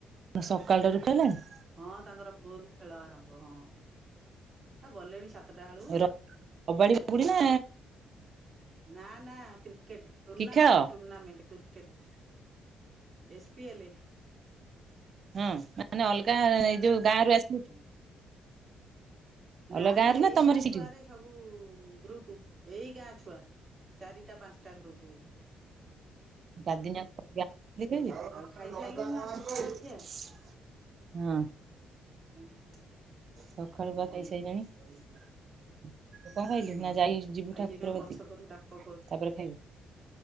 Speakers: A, on the right; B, on the right.
A: ସକାଳୁଟାରୁ ଉଠେଇଲେଣି
B: ହଁ ତାଙ୍କର ଭୋରୁ ଖେଳ ଆରମ୍ଭ ହଁ। ତଟା ବେଳୁ
A: ର କବାଡି ବାଗୁଡି ନା
B: ନା ନା କ୍ରିକେଟ୍। tournament
A: କି ଖେଳ
B: tournament cricket S P L.
A: ହଁ ମାନେ ଅଲ୍ ଗା ଏ ଯୋଉ ଗାଁ ରୁ ଆସି
B: ହଁ। ନା
A: ଅଲଗା
B: ନା
A: ରୁ
B: ଏଇ
A: ତମରି
B: ଗାଁ
A: ସେଇଠୁ
B: ଛୁଆରେ ସବୁ ଗ୍ରୁପୁ ଏଇ ଗାଁ ଛୁଆ ଚାରିଟା ପାଞ୍ଚଟା ଗ୍ରୁପୁ ହେଇ ଗଲେଣି।
A: <unintelligible> <inaudible>
B: ଆଉ ଖାଇସାରିଲୁଣି ନା ସକାଳ ଖିଆ?
A: ହଁ।
B: ହୁଁ।
A: ସଖାଳୁ ପା ଖାଇସାଇଲାଣି। କଣ ଖାଇଲୁ
B: ହଁ
A: ନା ଯାଇ ଯିବୁ
B: ଆଉ
A: ଠାକୁରବତୀ
B: ଇଏ କାହିଁ ପଛ କରକୁ ଡାକ କରୁଛନ୍ତି।
A: ତାପରେ ଖାଇବୁ।